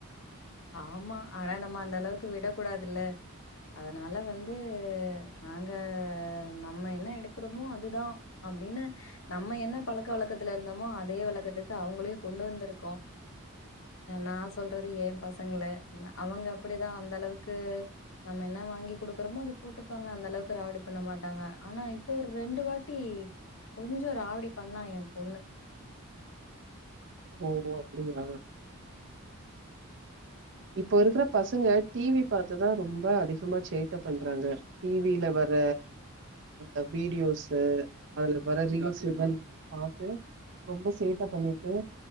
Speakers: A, on the left; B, on the right.
A: ஆமா ஆனா நம்ம அந்த அளவுக்கு விடக் கூடாதுல்ல அதனால வந்து நாங்க நம்ம என்ன எடுக்கிறோமோ அதுதான் அப்டின்னு நம்ம என்ன பழக்க வழக்கத்துல இருந்தோமோ அதே வழக்கத்துக்கு அவங்களையும் கொண்டு வந்திருக்கோம் நான் சொல்றது ஏன் பச பசங்கள அவங்க அப்டிதான் அந்த அளவுக்கு நம்ம என்ன வாங்கி குடுக்குறோமோ அதை போட்டுப்பாங்க அந்த அளவுக்கு ராவடி பண்ண மாட்டாங்க ஆனா இப்போ ஒரு ரெண்டு வாட்டி கொஞ்சம் ராவடி பண்ணா என் பொண்ணு
B: ஓ அப்படிங்களா இப்போ இருக்கற பசங்க டிவி பாரத்துதான் ரொம்ப அதிகமா சேட்டை பண்றாங்க டிவில வர அ வீடியோஸ்ஸீ அதுல வர ரீல்ஸுகள் பார்த்து ரொம்ப சேட்டை பண்ணிட்டு